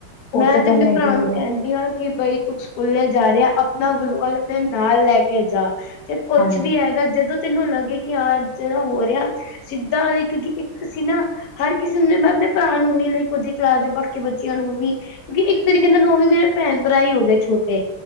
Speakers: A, on the left (about 75°); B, on the left (about 55°).
A: ਉਹ
B: ਮੈ
A: ਤਾਂ
B: ਤੇ
A: ਗੱਲ
B: ਆਪਣੇ
A: ਹੈਗੀ
B: ਭਰਾ ਨੂੰ ਕਹਿੰਦੀ ਆ ਕਿ ਬਈ ਤੂੰ ਸਕੂਲੇ ਜਾ ਰਿਹਾ ਆਪਣਾ <unintelligible> ਨਾਲ ਲੈ ਕੇ ਜਾ ਕੁੱਛ
A: ਹਾਂਜੀ,
B: ਵੀ ਹੈਗਾ ਜਦੋਂ ਤੈਨੂੰ ਲੱਗੇ ਕਿ ਹਾਂ ਜਿਹਾਂ ਹੋ ਰਿਹਾ, ਸਿੱਧਾ ਸੀ ਨਾ ਹਰ ਕਿਸੇ ਨੂੰ ਮਾ ਨਈ ਭਰਾ ਨੂੰ ਨੀ ਲਾਈਕ ਓਹਦੇ ਕਲਾਸ ਦੇ ਬਾਕੀ ਬੱਚਿਆਂ ਨੂੰ ਵੀ ਕਿਉਂਕਿ ਇੱਕ ਤਰੀਕੇ ਨਾਲ ਉਹ ਵੀ ਮੇਰੇ ਭੈਣ ਭਰਾ ਹੀ ਹੋ ਗੇ ਛੋਟੇ,